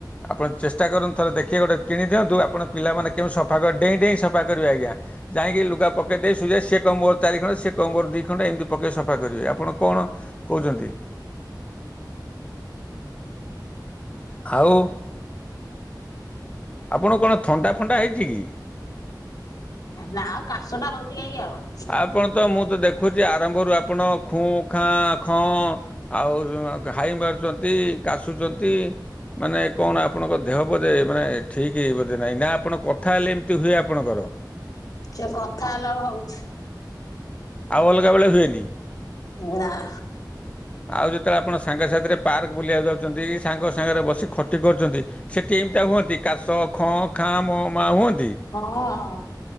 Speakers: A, on the left (about 15°); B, on the left (about 55°).
A: ଆପଣ ଚେଷ୍ଟା କରନ୍ତୁଥରେ ଦେଖି ଗୋଟେ କିଣି ଦିଅନ୍ତୁ ଆପଣ ପିଲାମାନେ କେଉଁ ସଫା କର୍ ଡେଇଁ ଡେଇଁ ସଫା କରିବେ ଆଜ୍ଞା ଯାଇଁକି ଲୁଗା ପକେଇ ଦେଇ ସୁଇବେ ସେ କହ୍‌ବ ମୋର ଚାରି ଖଣ୍ଡେ ସେ କମ୍ବର ଦି ଖଣ୍ଡେ ଏମ୍‌ତି ପକେଇ ସଫା କରିବେ ଆପଣ କଣ କଉଜନ୍ତି ଖାଉ ଆପଣଙ୍କୁ କଣ ଥଣ୍ଡା ଫଣ୍ଡା ହେଇଚି ଗି
B: ନା ଆଉ କାଶ ଟା ହଉଜି କାହିଁକି ହବ
A: ଆପଣ ତ ମୁଁ ତ ଦେଖୁଚି ଆରମ୍ଭରୁ ଆପଣ ଖୁଁ ଖାଁ ଖଁ ଆଉ ଜଣକ ହାଇ ମାରୁସ୍ ଚନ୍ତି କାଶୁଜନ୍ତି ମାନେ କଣ ଆପଣଙ୍କ ଦେହ ବୋଧେ ମାନେ ଠିକି ବୋଧେ ନାହିଁନା ଆପଣ କଥା ହେଲେ ଏମ୍‌ତି ହୁଏ ଆପଣଙ୍କର
B: ସେ କଥା ହେଲେ ଆଉ ହଉ
A: ଆଉ ଅଲଗା ବେଳେ ହୁଏନି
B: ନାଆ
A: ଆଉ ଯେତେବେଳେ ଆପଣ ସାଙ୍ଗ ସାାଥିରେ ପାର୍କ ବୁଲିବାକୁ ଯାଉଚନ୍ତି ସାଙ୍ଗ ସାଙ୍ଗରେ ବସି ଖଟି କରୁଚନ୍ତି ସେଠି ତେହ୍ଵଁତି କାଶ ଖଁ ଖାଁ ମଁ ମାଁ ହଅଁନ୍ତି
B: ହଁ ହଁ